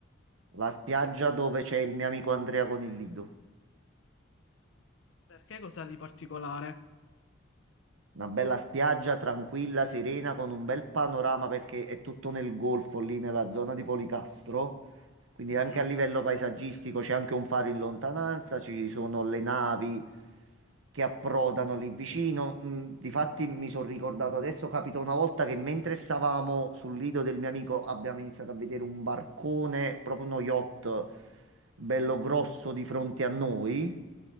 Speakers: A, on the right; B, on the left.
A: La spiaggia dove c'è il mio amico Andrea con il lido.
B: Perché cosa di particolare?
A: Una bella spiaggia tranquilla, serena, con un bel panorama perché è tutto nel golfo, lì nella zona di Policastro. Quindi
B: Mhm,
A: anche a livello paesaggistico c'è anche un faro in lontananza, ci sono le navi che approdano lì vicino. Mm, Difatti mi sono ricordato adesso, capita una volta che mentre stavamo sul lido del mio amico abbiamo iniziato a vedere un barcone, proprio uno yacht bello grosso di fronte a noi.